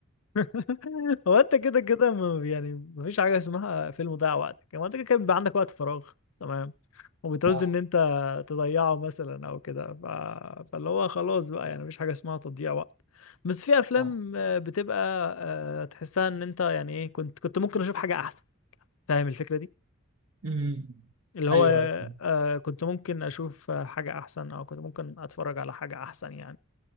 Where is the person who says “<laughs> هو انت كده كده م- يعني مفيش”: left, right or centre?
Left